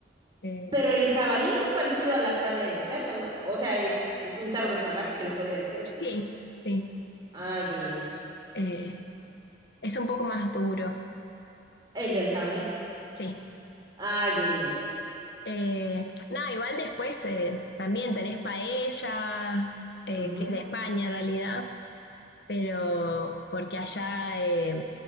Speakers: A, on the left; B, on the right.
A: eh,
B: Pero el jabalí es parecido a la carne de cerdo, ¿no? O sea, es, es un cerdo salvaje, se le podría decir, ¿no?
A: sí, sí.
B: Ah, ya, ya, ya.
A: eh, es un poco más duro,
B: El del jabalí.
A: sí.
B: Ah, ya, ya. ya.
A: Eh, no, igual después eh, también tenés paella, eh,
B: Ujú.
A: que es de España en realidad pero porque allá eh,